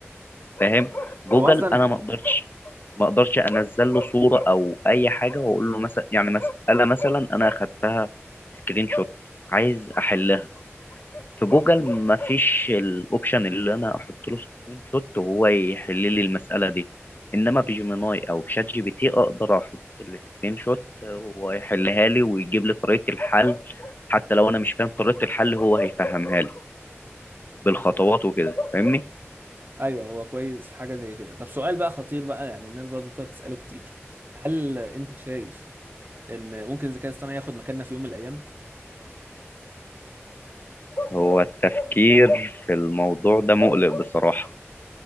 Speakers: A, on the left; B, on the right.
A: فاهم جوجل
B: هو اصلا
A: انا ما اقدرش ما اقدرش انزل له صوره او اي حاجه واقول له مثلا يعني مساله مثلا انا اخدتها سكرين شوت عايز احلها في جوجل مفيش الاوبشن اللي انا احط له سكرين شوت وهو يحل لي المساله دي انما في جيميناي او شات جي بي تي اقدر احط السكرين شوت وهو يحلها لي ويجيب لي طريقه الحل حتى لو انا مش فاهم طريقه الحل هو هيفهمها لي بالخطوات وكده فاهمني
B: ايوه هو كويس في حاجه زي كده طب سؤال بقى خطير بقى يعني الناس برضو بتقعد تساله كتير هل انت شايف ان ممكن الذكاء الاصطناعي ياخد مكاننا في يوم من الايام
A: هو التفكير في الموضوع ده مقلق بصراحه